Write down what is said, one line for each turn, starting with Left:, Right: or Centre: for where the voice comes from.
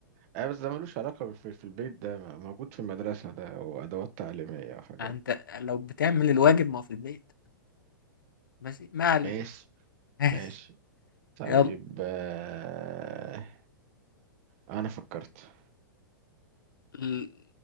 Right: أه بس ده ملوش علاقة بالف- في البيت ده م- موجود في المدرسة ده وأدوات تعليمية وحاجات
Left: يعني انت لو بتعمل الواجب ما هو في البيت بس ما علينا
Right: ماشي
Left: ماشي
Right: ماشي طيب
Left: يلا
Right: آه، أنا فكرت
Left: ال-